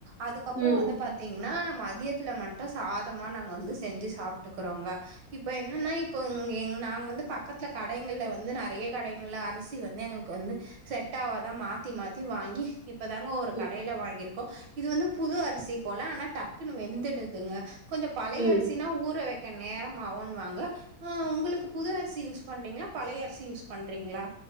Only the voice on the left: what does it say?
ம்
ம்
ம்